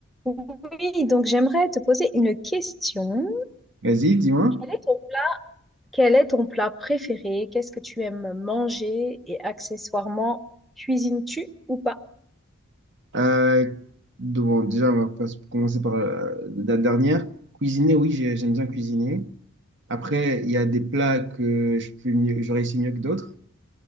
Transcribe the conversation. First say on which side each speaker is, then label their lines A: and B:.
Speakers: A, in the centre; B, on the right.
A: Oui, donc j'aimerais te poser une question.
B: Vas-y, dis-moi.
A: Quel est ton plat, quel est ton plat préféré? Qu'est-ce que tu aimes manger? Et accessoirement, cuisines-tu ou pas?
B: Euh, de- bon, déjà, on va pas commencer par euh, la dernière. Cuisiner, oui, j'ai- j'aime bien cuisiner. Après, il y a des plats que je fais mieux, je réussis mieux que d'autres.